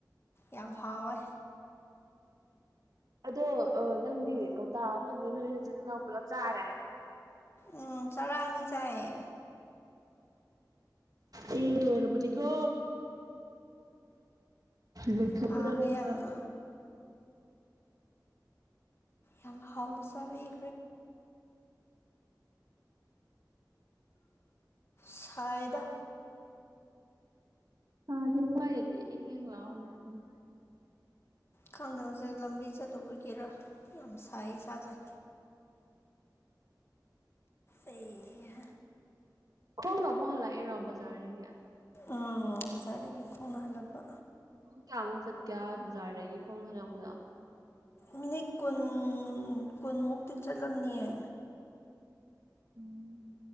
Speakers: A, on the left; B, on the right.
A: ꯌꯥꯝ ꯍꯥꯎꯋꯦ
B: ꯑꯗꯣ ꯅꯪꯗꯤ ꯀꯧꯇꯥ ꯑꯃꯒꯤ ꯅꯣꯏ ꯅꯆꯤꯜꯅꯅꯥꯎ ꯄꯨꯂꯞ ꯆꯥꯔꯦ
A: ꯎꯝ ꯆꯔ ꯑꯅꯤ ꯆꯥꯏꯌꯦ
B: ꯑꯩ ꯂꯣꯏꯔꯕꯅꯤꯀꯣ ꯂꯩ ꯊꯣꯛꯀꯗꯕꯅꯦ
A: ꯍꯥꯎꯋꯦ ꯌꯥꯝꯅ
B: ꯄꯨꯂꯞ
A: ꯌꯥꯝ ꯍꯥꯎꯅ ꯆꯕꯤ ꯁꯥꯏꯌꯦꯗ
B: ꯍꯣꯏ ꯁꯥꯗꯦ ꯁꯥꯏꯗꯗꯤ ꯏꯡ ꯏꯡ ꯂꯥꯎꯋꯦ ꯌꯥꯝ ꯅꯨꯡꯉꯥꯏ
A: ꯈꯪꯗꯦ ꯍꯧꯖꯤ ꯂꯝꯕꯤ ꯆꯠꯂꯨꯕꯒꯤꯔꯥ ꯌꯥꯝ ꯁꯥꯏ ꯏꯁꯥꯁꯦ ꯑꯩ
B: ꯈꯣꯡꯅ ꯑꯃꯨꯛ ꯍꯜꯂꯛꯏꯔꯣ ꯕꯖꯥꯔꯗꯒꯤ
A: ꯑꯥ ꯕꯖꯥꯔꯗꯒꯤ ꯈꯣꯡꯅ ꯍꯜꯂꯥꯛꯄ
B: ꯄꯨꯡ ꯀꯌꯥꯃꯨꯛ ꯆꯠꯀꯦ ꯕꯖꯥꯔꯗꯒꯤ ꯈꯣꯡꯅ ꯍꯜꯂꯛꯄꯗꯣ
A: ꯃꯤꯅꯤꯠ ꯀꯨꯟ ꯀꯨꯟꯃꯨꯛꯇꯤ ꯆꯠꯂꯝꯅꯤꯑꯦ
B: ꯎꯝ